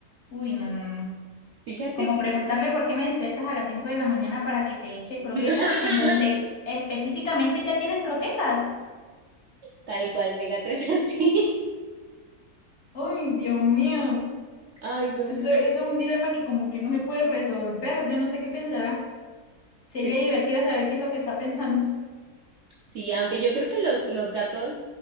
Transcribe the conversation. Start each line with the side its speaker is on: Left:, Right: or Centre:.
Left: Uy, no, no, no.
Right: Fíjate
Left: Como
Right: que
Left: preguntarle por qué me despiertas a las 5 de la mañana para que te eche croquetas
Right: <laughs>
Left: en donde específicamente ya tienes croquetas.
Right: Tal cual, mi gato es así.
Left: Ay, Dios mío.
Right: <laughs> Ay, no,
Left: Eso,
Right: pero
Left: eso es un dilema que como que no se puede resolver. Yo no sé qué pensará. Sería
Right: sí,
Left: divertido saber qué es lo que está pensando.
Right: sí, aunque yo creo que los, los gatos,